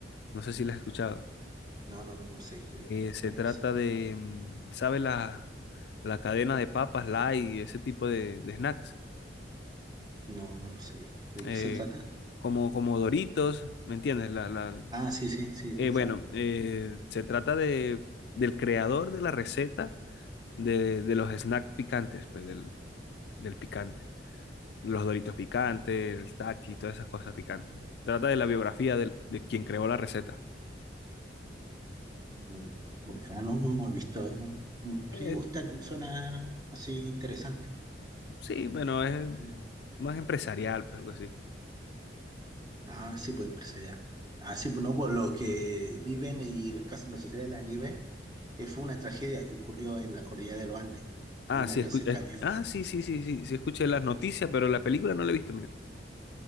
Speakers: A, on the left; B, on the right.
A: no sé si la has escuchado.
B: No, no, no sé qué-
A: Eh, se
B: cuál
A: trata
B: es.
A: de, mm, ¿sabe? La, la cadena de papas, light y ese tipo de, de snacks.
B: No, no, no sé. ¿De
A: Eh,
B: qué se trata?
A: como, como Doritos, ¿me entiendes? La, la-
B: Ah, sí, sí, sí,
A: eh,
B: sí. esa.
A: bueno, eh, se trata de, del creador de la receta de, de los snacks picantes, pues del, del picante. Los Doritos picantes, el Taki, todas esas cosas picantes. Trata de la biografía del- de quien creó la receta.
B: Mm, Bueno, no, no he visto. eh. Mm,
A: Eh,
B: Sí, Oscar suena así interesante.
A: sí, bueno, es
B: Eh,
A: más empresarial, pues algo así.
B: Ah, sí, pues empresarial. Ah, sí, pues no, pues los que viven y la, casa- la sociedad de la nieve eh, fue una tragedia que ocurrió en la cordillera de los Andes.
A: Ah,
B: De un
A: sí,
B: avión
A: escu-
B: se
A: escu-
B: cayó.
A: ah, sí, sí, sí, sí, sí, escuché las noticias, pero la película no la he visto, mira.